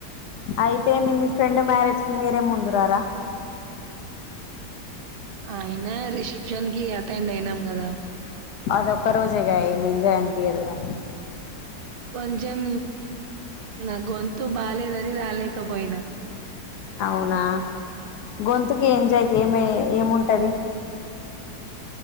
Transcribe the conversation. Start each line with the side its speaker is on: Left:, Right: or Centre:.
Left: అయితే మీ ఫ్రెండ్ మ్యారేజ్ కి మీరే ముందురారా
Right: అయినా రిసెప్షన్ కి అటెండ్ అయినాం కదా
Left: అది ఒక్క రోజేగా అయింది ఎంజాయ్ అనిపయదుగా,
Right: కొంచెం నా గొంతు బాలేదని రాలేకపోయినా
Left: అవునా గొంతుకి ఎంజాయ్కి ఏమ ఏముంటది.